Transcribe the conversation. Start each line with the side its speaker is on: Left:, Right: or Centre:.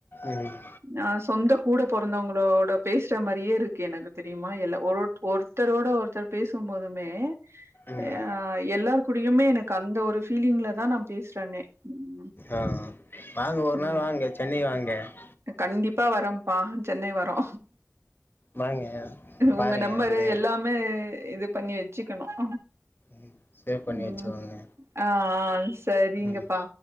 Left: ம்
Right: ஆஹ் சொந்த கூட பொறந்தவங்களோட பேசுற மாரியே இருக்கு எனக்கு தெரியுமா எல்லை ஒரு ஒருத்தரோட ஒருத்தர் பேசும் போதுமே
Left: ம்
Right: அஹ் எல்லார் கூடையுமே எனக்கு அந்த ஒரு ஃபீலிங்ல தான் நான் பேசுறேனே ம்
Left: ஆஹ் வாங்க ஒரு
Right: ம்
Left: நாள் வாங்க சென்னை வாங்க ங்க
Right: கண்டிப்பா வரம்பா சென்னை வரோ
Left: வாங்க பாருங்க
Right: உங்க நம்பரு
Left: வந்து
Right: எல்லாமே இது பண்ணி வச்சுக்கணும்
Left: ம் சேவ் பண்ணி
Right: உம்
Left: வச்சுக்கோங்க
Right: ஆஹ் ஹாங் சரிங்கப்பா
Left: ம்